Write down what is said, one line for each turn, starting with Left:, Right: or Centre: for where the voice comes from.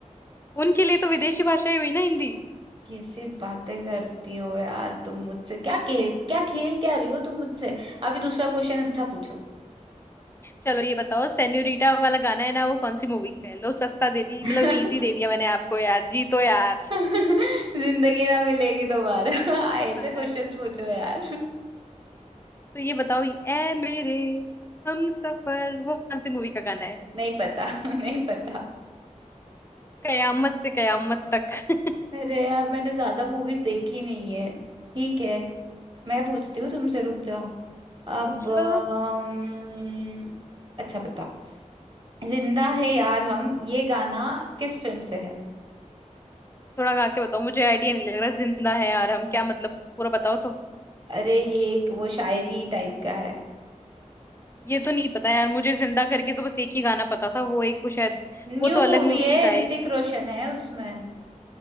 Left: उनके लिए तो विदेशी भाषा ही हुई ना हिंदी
Right: कैसे बातें करती हो यार तुम मुझसे क्या खेल क्या खेल क्या रही हो तुम मुझसे अभी दूसरा क्वेश्चन अच्छा पूछो
Left: चलो ये बताओ सेन्यूरिटा वाला गाना है ना वो कौन सी मूवी से है लो सस्ता दे दी
Right: <laughs>
Left: मतलब इजी दे दिया मैंने आपको यार जी तो यार
Right: जिंदगी ना मिलेगी दोबारा <laughs> ऐसे
Left: आए।
Right: क्वेश्चंस पूछो यार
Left: तो ये बताओ ए मेरे हम सफर वो कौन सी मूवी का गाना है
Right: नहीं पता <laughs> नहीं पता
Left: कयामत से कयामत तक <laughs>
Right: अरे यार मैंने ज्यादा मूवीज देखी नहीं है ठीक है मैं पूछती हूँ तुमसे रुक जाओ अब
Left: पूछ
Right: अम,
Left: लो तो
Right: अच्छा बताओ जिंदा है यार हम ये गाना किस फिल्म से है
Left: थोड़ा गा के बताओ मुझे आइडिया नहीं लग रहा जिंदा है यार हम क्या मतलब पूरा बताओ तो
Right: अरे ये एक वो शायरी टाइप का है
Left: ये तो नहीं पता यार मुझे जिंदा करके तो बस एक ही गाना पता था वो एक वो शायद
Right: न्यू
Left: वो तो अलग
Right: मूवी
Left: मूवी
Right: है
Left: का है
Right: ऋतिक रोशन है उसमें